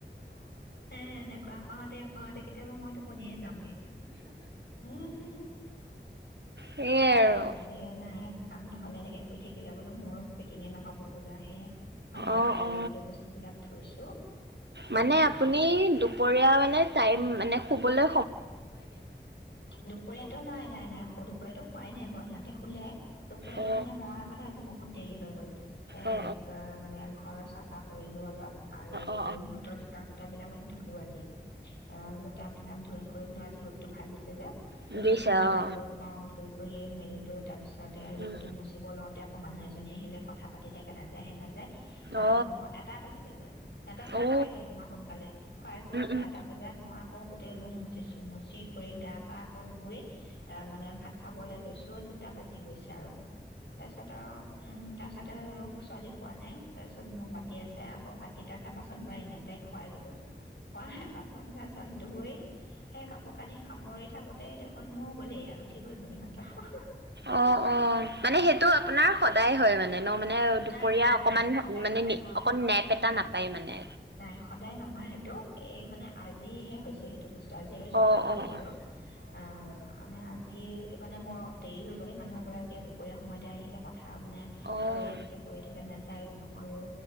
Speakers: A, on the left; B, on the right.
A: এ এনেকুৱা কওঁতে শুৱাও তেখেতে মোক মই তোক টুপনিয়ে যাওঁগে উম হু হু
B: সেইয়াই
A: এইবিলাক
B: আৰু
A: কাম নহ'লে এনেকে শুই থাকিলে বোলো মোৰো পেকিঙে নহব বোলে আহি এ সামৰি
B: অ
A: সুতৰি
B: অ
A: থৈছো ভাগে
B: মানে
A: ভাগে
B: আপুনি দুপৰীয়া মানে টাইম মানে শুবলে
A: দুপৰীয়াতটো নাই নাই নাই দুপৰীয়াটো হোৱাই নাই সিহঁতে খুলে দুপৰীয়া এইটো
B: অ
A: মানে মানে আজি বহুত দেৰি হৈ গল। এই
B: অ অ
A: অ' মানে ঘৰে চাব চাফা কৰিলো অলপ আৰু
B: অ অ অ
A: মোৰো সিহঁতৰ জোতা চোতাবিলাক মানে ধুলো আজি। অ। জোতাবিলাক কৰি <unintelligible> টো ভাল দিছে যে
B: বুজিছা
A: জোতা খিনি ধুই
B: অ
A: কৰি অ' ধুই কৰি এই সেইটো তাৰপিছতে ৰুমটো
B: উম
A: মুচিব লওঁতে আকৌ মানুহ এজনী আহিলে কথা পাতি থাকে নাযায় হে নাযায়। তাৰ
B: উম অ
A: পিছত মই এটা বাজিলগৈ সিহঁতক মানে
B: অ উম
A: খুৱাই ললো মই সোনকালে খুৱাই কৰি মই
B: উম
A: এটা বজাত মই আকৌ গোটেই চিছু মুচি কৰি গা পা আকৌ ধুই এ মানে ভাত খাবলৈ লৈছো দুটা বাজি গৈছে আৰু তাৰপিছত আৰু উ তাৰ পিছতে আৰু ছোৱালী খোৱা নাই তাৰপিছত মোক মাতি আছে আকৌ ভাত কেইটা খাই বাচন ধোৱাই নাই। তাইক খোৱাই ললো খোৱাই বাচন চাচন ধুই সেই কাপোৰ কানি সামৰি থাকোতে দেখোন মোৰ গ'লেই আৰু উঠিব <unintelligible>
B: অ' অ'। মানে সেইটো আপোনাৰ সদায় হয় মানে ন মানে দুপৰীয়া
A: নাই নাই নাই
B: অকমান
A: সদায়
B: মানে
A: নহয়
B: অকণ <unintelligible> এটা
A: নহয়
B: নাপায় মানে।
A: নাই সদায় নহয় সেইটো এই মানে আজিহে হৈছে সেইটো বস্তু আজি আৰু
B: অ',
A: যোৱাকালি
B: অ',
A: হ'ল বাৰু অ' মানে আজি এই মানে মই দেৰি হৈ গ'ল এই মানুহ এগৰাকীয়ে দুপৰীয়া সময়ত আহিলে কথা কথা মানে
B: অ', অ',
A: কৈয়ে থাকে কয়ে থাকে নাজ যায়ে কৰিও